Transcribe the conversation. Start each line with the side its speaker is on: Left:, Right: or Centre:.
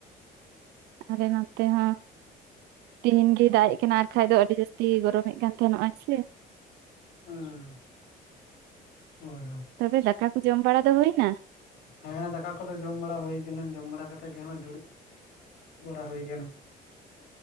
Right: ᱟᱞᱮ ᱱᱚᱛᱮ ᱦᱚᱸ ᱛᱮᱦᱤᱱ ᱜᱮ ᱫᱟᱜᱮᱡ ᱠᱟᱱᱟ ᱟᱨᱠᱟᱡ ᱫᱚ ᱟᱹᱰᱤ ᱡᱟᱹᱥᱛᱤ ᱛᱤ ᱜᱚᱨᱚᱢᱮᱫ ᱠᱟᱱ ᱛᱟᱦᱮᱱᱚᱜᱼᱟᱭ ᱥᱮ,
Left: ᱦᱩᱸ ᱦᱳᱭ ᱦᱳᱭ
Right: ᱛᱚᱵᱮ ᱫᱟᱠᱟ ᱠᱚ ᱡᱚᱢ ᱵᱟᱲᱟ ᱫᱚ ᱦᱩᱭᱱᱟ᱾
Left: ᱦᱮᱸ ᱫᱟᱠᱟ ᱠᱚᱫᱚ ᱡᱚᱢ ᱵᱟᱲᱟ ᱦᱩᱭ ᱠᱟᱱᱟ᱾ ᱡᱚᱢ ᱵᱟᱲᱟ ᱠᱟᱛᱮᱜ ᱜᱮ ᱦᱚᱜ ᱚᱭ ᱫᱩᱲᱩᱵ ᱵᱟᱲᱟ ᱦᱩᱭ ᱠᱟᱱᱟ᱾